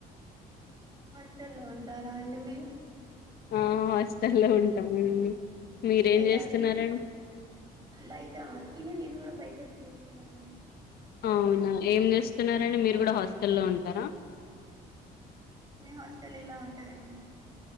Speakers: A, on the right; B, on the left.
A: అవు హాస్టల్లో ఉంటార అండి మీరు
B: ఆ హాస్టల్లో ఉంటామండి మీరేం
A: ఎలా
B: చేస్తున్నార
A: బయట తిని నేను కూడా బయట తిరుగుతున్నాను అండి
B: అవునా ఏం చేస్తున్నారాండి మీరు కూడ హాస్టల్లో ఉంటార
A: మే హాస్టల్ ఎలా ఉంటదండి మరి